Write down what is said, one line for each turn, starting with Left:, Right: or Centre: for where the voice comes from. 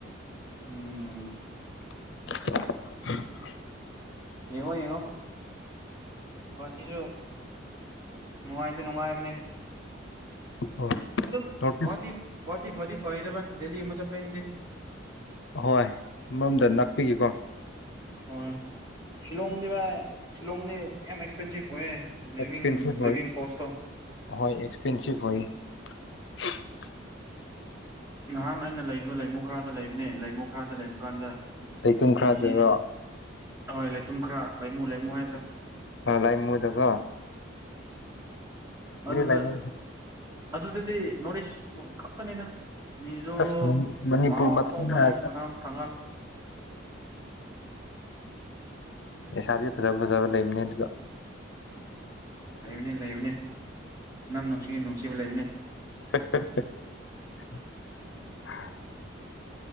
Right: ꯎꯝ
Left: <inaudible>
Right: ꯌꯦꯡꯉꯣ ꯌꯦꯡꯉꯣ ꯉꯠꯇꯁꯨꯁꯨ ꯅꯨꯡꯉꯥꯏꯗꯤ ꯅꯨꯡꯉꯥꯏꯕꯅꯦ
Left: ꯑꯣ
Right: ꯑꯗꯨꯝ
Left: ꯅꯣꯔꯠ
Right: ꯉꯇꯤ
Left: ꯏꯁ
Right: ꯇꯤ ꯐꯗꯤ ꯀꯗꯕ ꯗꯦꯂꯤ ꯏ ꯃꯨꯆꯥꯄꯥꯏꯗꯦ
Left: ꯑꯍꯣꯏ ꯑꯃꯔꯣꯝꯗ ꯅꯥꯛꯄꯤꯒꯦꯀꯣ
Right: ꯍꯣꯏ ꯁꯤꯂꯣꯡꯗꯤ ꯚꯥꯏ ꯁꯤꯂꯣꯡꯗꯤ ꯌꯥꯝ ꯑꯦꯛꯁꯄꯦꯟꯁꯤꯞ ꯑꯣꯏꯌꯦꯦ
Left: ꯑꯦꯛꯁꯄꯦꯟꯁꯤꯞ
Right: ꯂꯤꯚ
Left: ꯑꯣꯏ
Right: ꯂꯤꯚꯡ ꯀꯣꯁꯇꯣ
Left: ꯍꯣꯏ ꯑꯦꯛꯁꯄꯦꯟꯁꯤꯞ <inaudible>
Right: ꯅꯍꯥꯟ ꯑꯩꯅ ꯂꯩꯕꯗꯣ ꯂꯩꯃꯨ ꯈꯔꯗ ꯂꯩꯕꯅꯦ ꯂꯩꯃꯨ ꯈꯔꯗ ꯂꯩꯕ ꯀꯥꯟꯗ
Left: ꯂꯩꯇꯨꯝ ꯈꯔꯗꯒ
Right: ꯤ ꯖꯤ ꯑꯣꯏ ꯂꯩꯇꯨꯝ ꯈꯔ ꯂꯩꯃꯨ ꯂꯩꯃꯨ ꯍꯥꯏꯕꯗꯣ
Left: ꯑ ꯂꯥꯏꯃꯗꯀꯣ
Right: ꯑ ꯑꯗꯨꯗ
Left: ꯂꯥꯏꯃꯨ
Right: ꯑꯗꯨꯗꯨꯗꯤ ꯅꯣ ꯈꯞꯄꯅꯤꯗ ꯃꯤꯖꯣ
Left: ꯑꯁ ꯃꯅꯤꯄꯨꯔ
Right: ꯃꯥ ꯑꯣꯄ
Left: ꯃꯆꯥ ꯉꯥꯛꯇ
Right: ꯃꯥꯏ ꯃꯔꯝ ꯊꯉꯜ
Left: ꯏꯁꯥꯕꯤ ꯐꯖꯕ ꯐꯖꯕ ꯂꯩꯕꯅꯦ ꯑꯗꯨꯗ
Right: ꯂꯩꯕꯅꯦ ꯂꯩꯕꯅꯦ ꯅꯝ ꯅꯨꯡꯁꯤ ꯅꯨꯡꯁꯤꯕ ꯂꯩꯕꯅꯦ
Left: <inaudible>